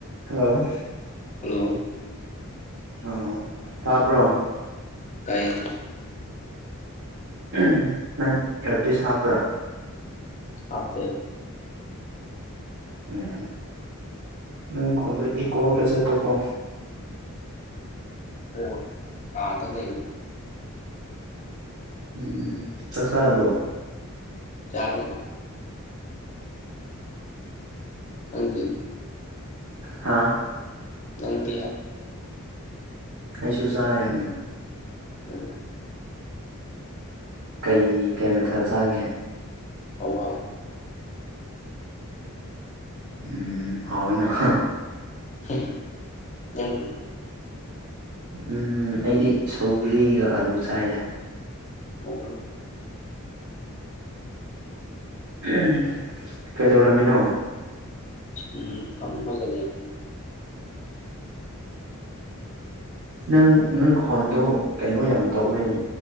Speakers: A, on the right; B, on the left.
A: hello
B: hello
A: ꯑꯣ ꯇꯥꯕ꯭ꯔꯣ
B: ꯇꯥꯏꯌꯦ
A: ꯎꯝ ꯅꯪ ꯏꯌꯥꯔ ꯄꯤꯁ ꯍꯥꯞꯄ꯭ꯔꯥ
B: ꯍꯥꯥꯞꯇꯦ
A: ꯎꯝ ꯅꯪ ꯈꯣꯟꯗꯣ ꯏꯀꯣ ꯈꯥꯔ ꯆꯠꯄꯀꯣ
B: ꯍꯣ ꯑꯣ ꯀꯥꯗ ꯂꯩꯕ
A: ꯎꯝ ꯆꯥꯛ ꯆꯥꯔꯕꯣ
B: ꯆꯥꯔꯦ ꯅꯪꯗꯤ
A: ꯍꯥꯥ
B: ꯅꯪꯗꯤ ꯍꯥꯏ
A: ꯑꯩꯁꯨ ꯆꯥꯔꯦ ꯎꯝ
B: ꯎꯝ
A: ꯀꯩ ꯀꯩ ꯃꯊꯦꯜ ꯆꯥꯒꯦ
B: ꯍꯋꯥꯏ
A: ꯎꯝ ꯍꯥꯎꯑꯦꯅ ꯍꯥ ꯍꯥ
B: ꯍꯦ ꯅꯪꯗꯤ
A: ꯎꯝ ꯑꯩꯗꯤ ꯁꯧꯒ꯭ꯔꯤꯒ ꯑꯂꯨ ꯆꯥꯏꯗ
B: ꯑꯣ
A: ꯎꯝ ꯀꯩꯗꯧꯔꯝꯃꯤꯅꯣ
B: ꯁꯨꯝꯐꯝꯃꯒ ꯂꯩꯕ <unintelligible>
A: ꯅꯪ ꯅꯪ ꯈꯣꯟꯗꯨ ꯀꯩꯅꯣ ꯌꯥꯝ ꯇꯧꯋꯦ